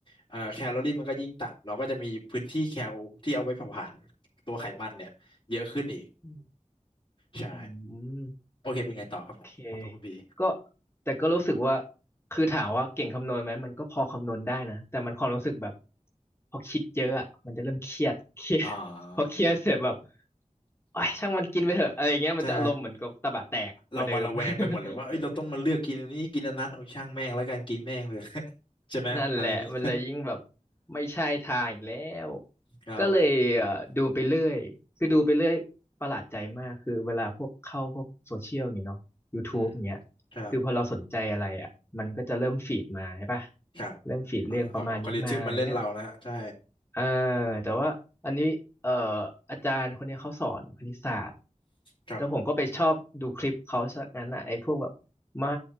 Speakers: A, on the left; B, on the left.
A: เอ่อแคลอรี่มันก็ยิ่งต่ำเราก็จะมีพื้นที่แคลที่เอาไว้เผาผลาญตัวไขมันเนี่ยเยอะขึ้นอีก
B: อืม
A: ใช่
B: อืม
A: โอเคเป็นไงต่อครับของของตัวคุณพี
B: โอเคก็แต่ก็รู้สึกว่าคือถามว่าเก่งคำนวณไหมมันก็พอคำนวณได้นะแต่มันความรู้สึกแบบพอคิดเยอะอ่ะมันจะเริ่มเครียดเครียด
A: อ่า
B: <laughs> พอเครียดเสร็จแบบโอ้ยช่างมันกินไปเถอะอะไรเงี้ยมันจะอารมณ์เหมือนกับตะบะแตกกว่าเดิม
A: ใช่เรามาระแวงไปหมดเลยว่าเอ้ยเราต้องมาเลือกกินอันนี้กินอันนั้นเอาช่างแม่งแล้วกันกินแม่งเลย
B: <laughs>
A: <laughs> ใช่ไหมอะไรอย่างงี้
B: นั่นแหละมันเลยยิ่งแบบไม่ใช่ทางอีกแล้ว
A: ครับผม
B: ก็เลยเอ่อดูไปเรื่อยคือดูไปเรื่อยประหลาดใจมากคือเวลาพวกเข้าพวกโซเชียลอย่างเงี้ยเนาะ YouTube
A: อืม
B: อย่างเงี้ย
A: ครับ
B: คือพอเราสนใจอะไรอ่ะมันก็จะเริ่มฟีดมาใช่ปะ
A: ครับ
B: เริ่มฟีดเรื่องประมาณนี้มาอะไรเงี้ย
A: อ่าเอาเอากอริทึมมาเล่นเรานะฮะใช่
B: อ่าแต่ว่าอันนี้เอ่ออาจารย์คนนี้เขาสอนคณิตศาสตร์
A: ครับผม
B: แต่ผมก็ไปชอบดูคลิปเขาซะงั้นอ่ะไอ้พวกแบบไม้